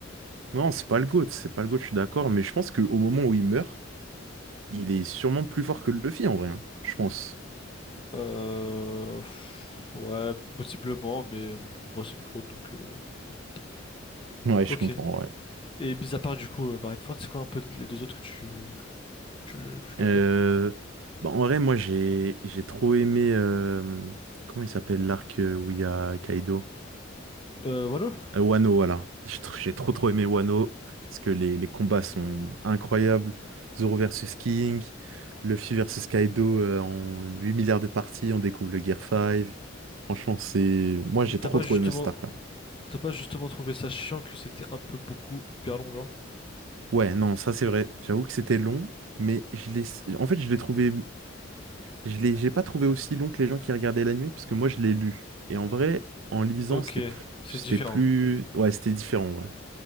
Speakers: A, on the right; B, on the left.
A: Non, c'est pas le GOAT, c'est pas le GOAT, je suis d'accord, mais je pense qu'au moment où il meurt, il est sûrement plus fort que Luffy en vrai, hein, je pense. <laughs>
B: Euh... pff, Ouais, possiblement, mais bon, pour moi, c'est une fraude, donc... euh, bon.
A: Ouais, je
B: Ok,
A: comprends, ouais.
B: et mis à part, du coup, euh, Marineford, c'est quoi un peu les deux autres que tu... tu, tu
A: Euh,
B: aimes bien?
A: bah, en vrai, moi j'ai j'ai trop aimé. euh, Comment il s'appelle l'arc euh, où il y a Kaido?
B: Euh, Wano?
A: Euh, Wano, voilà. J'ai tr- j'ai trop trop aimé Wano, parce que les, les combats sont incroyables. Zoro versus King, Luffy versus Kaido euh, en 8 milliards de parties, on découvre le Gear 5. Franchement, c'est... Moi, j'ai
B: Et t'as
A: trop
B: pas
A: trop
B: justement...
A: aimé cet arc-là.
B: T'as pas justement trouvé ça chiant que c'était un peu beaucoup, hyper long, genre?
A: Ouais, non, ça c'est vrai. J'avoue que c'était long, mais je l'ai... En fait, je l'ai trouvé... Je l'ai... J'ai pas trouvé aussi long que les gens qui regardaient l'anime, parce que moi, je l'ai lu. Et en vrai, en lisant,
B: Ok,
A: c'était plus...
B: c'est
A: C'était
B: différent.
A: plus... Ouais, c'était différent, ouais.